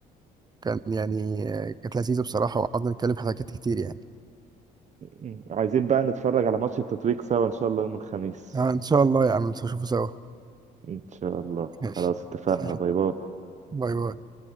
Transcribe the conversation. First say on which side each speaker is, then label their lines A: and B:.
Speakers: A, on the right; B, on the right.
A: كان يعني آه، كانت لذيذه بصراحه وقعدنا نتكلم في حاجات كتير يعني
B: م- عايزين بقى نتفرج على ماتش التتويج سوا ان شاء الله يوم الخميس
A: آه ان شاء الله يا عم نشوفه سوا
B: ان شاء الله
A: ماشي
B: خلاص اتفقنا
A: <laughs>
B: باي باي
A: باي باي